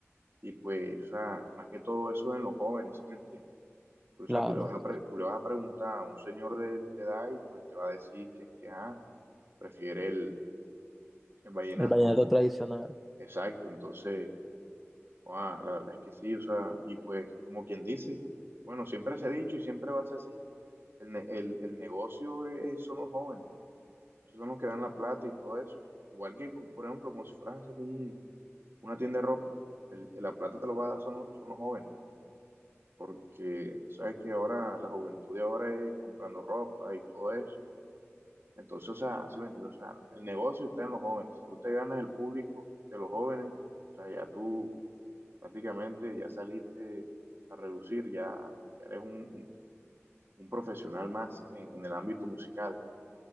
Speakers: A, on the right; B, in the centre.
A: Y pues, o sea, más que todo eso en los jóvenes, ¿sí me entiendes? Pues,
B: Claro,
A: O sea, tú le vas a, pre- tú le vas a preguntar a un señor de, de edad y pues te va a decir que es que, ah, prefiere el, el vallenato
B: el vallenato tradicional.
A: exacto. Entonces, ah, la verdad es que sí, o sea, y pues como quien dice, bueno, siempre se ha dicho y siempre va a ser así, el, ne- el, el negocio es- son los jóvenes, esos son los que dan la plata y todo eso. Igual que, por ejemplo, como si fueras a hacer un- una tienda de ropa, el, la plata te lo va a dar son los son los jóvenes. porque sabes que ahora la juventud de ahora es comprando ropa y todo eso. Entonces, o sea, sí me entiendes, o sea, el negocio está en los jóvenes. Si tú te ganas el público de los jóvenes, o sea, ya tú prácticamente ya saliste a relucir, ya, ya eres un, un- un profesional más en, en el ámbito musical.